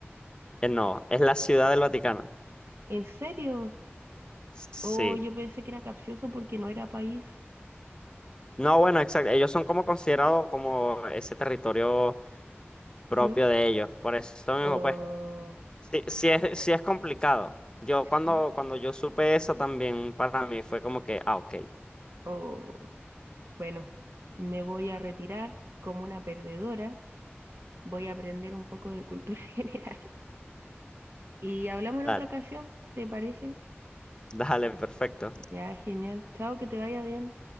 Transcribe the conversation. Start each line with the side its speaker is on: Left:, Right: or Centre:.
Left: eh, no, es la Ciudad del Vaticano.
Right: ¿En serio?
Left: Sí.
Right: Oh, yo pensé que era capcioso porque no era país.
Left: No, bueno, exacto. Ellos son como considerados como ese territorio propio
Right: Mm,
Left: de ellos. Por eso mismo,
Right: Oh,
Left: pues, sí, sí es, sí es complicado. Yo cuando,
Right: sí,
Left: cuando yo supe eso también para mí fue como que, ah, ok,
Right: oh. Bueno, me voy a retirar como una perdedora, voy a aprender un poco de cultura <laughs> general. Y hablamos en
Left: dale,
Right: otra ocasión, ¿te parece?
Left: <laughs> dale, perfecto.
Right: Ya, genial. Chao, que te vaya bien.